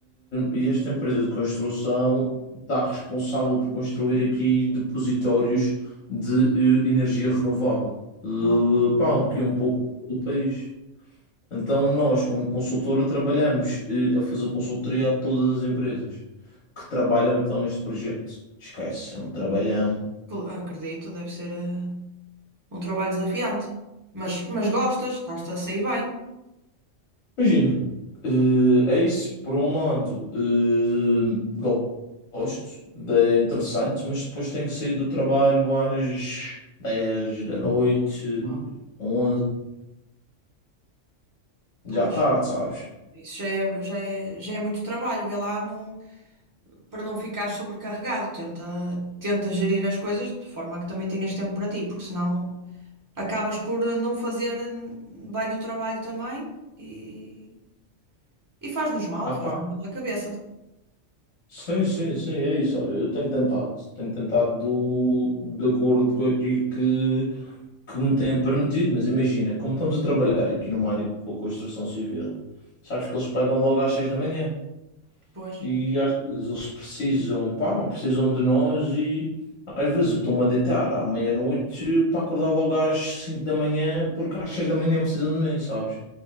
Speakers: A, on the left; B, on the right.
A: e esta empresa de construção está responsável por construir aqui depositórios de eh, energia renovável, Eh,
B: Ah, boa.
A: pá, um pouquinho um pouco do país. Então nós, como consultora, trabalhamos eh, a fazer consultoria a todas as empresas que trabalham então neste projeto. Esquece, é um trabalhão.
B: Cl- Acredito, deve ser eh, um trabalho desafiante. Mas, mas gostas, estás-te a sair bem.
A: Imagina, eh, é isso, por um lado, eh, go- gosto, é interessante, mas depois tenho que sair do trabalho às 10 da noite,
B: Ah,
A: 11 já
B: pois.
A: à tarde, sabes?
B: Isso já é, já é, já é muito trabalho, vê lá não, para não ficar sobrecarregado. Tenta, tenta gerir as coisas de forma que também tenhas tempo para ti, porque senão. acabas por eh, não fazer hum, bem o trabalho também e, e faz-nos mal,
A: Ah,
B: faz-nos
A: pá,
B: mal à cabeça.
A: sim, sim, sim, é isso, olha, eu tenho tentado, tenho tentado do, de acordo com aquilo que, que me têm permitido, mas imagina, como estamos a trabalhar aqui numa área com a construção civil, sabes que eles pagam logo às 6 da manhã.
B: Pois,
A: E às vezes eles precisam, pá, precisam de nós e às vezes eu estou-me a deitar à meia-noite para acordar logo às 5 da manhã porque às 6 da manhã precisam de mim, sabes?